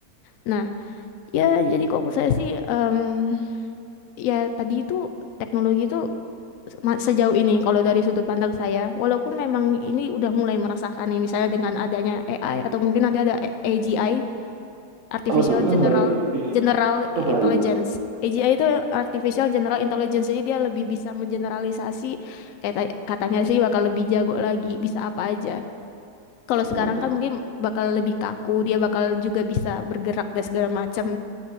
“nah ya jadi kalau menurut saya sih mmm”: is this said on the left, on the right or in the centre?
Left